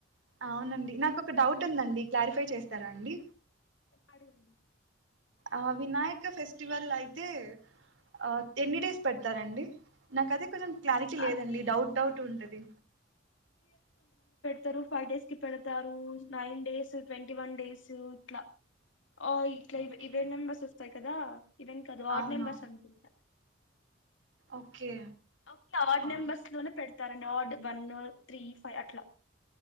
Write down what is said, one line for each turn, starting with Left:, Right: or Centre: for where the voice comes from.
Right: అవునండి నాకు ఒక డౌట్ ఉందండి క్లారిఫై చేస్తారా అండి
Left: అడగండి
Right: ఆ వినాయక ఫెస్టివల్ అయితే ఆ ఎన్ని డేస్ పెడతారండి నాక అది కొంచం క్లారిటీ లేదండి
Left: అది
Right: డౌట్ డౌట్ ఉంటది
Left: తారు ఫైవ్ డేస్ కి పెడతారు nine days twenty one days ఇట్లా ఆ ఇట్లా
Right: ఓకే
Left: ఈవెంట్ మెంబర్స్ వస్తాయి కదా ఇవెన్ కదు వార్డ్
Right: అవునా
Left: నెంబర్స్ అంకుంట
Right: ఓకే
Left: ఓకే వార్డ్
Right: ఆ,
Left: నెంబర్స్ లోనే పెడతారండి ఆార్డు వన్ త్రీ ఫైవ్ అట్లా